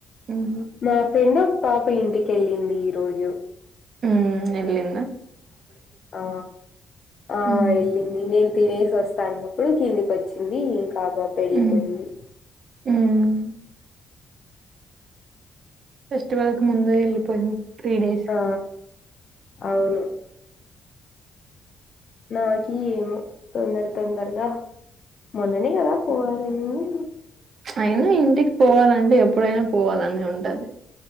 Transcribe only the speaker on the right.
ఉహు
ఉమ్ ఎలింద
ఉమ్
ఉమ్ ఉమ్ ఫెస్టివల్ కి ముందే ఎళ్ళిపోయింది త్రీ డేస్
అయినా ఇంటికి పోవాలంటే ఎప్పుడైనా పోవాలని ఉంటది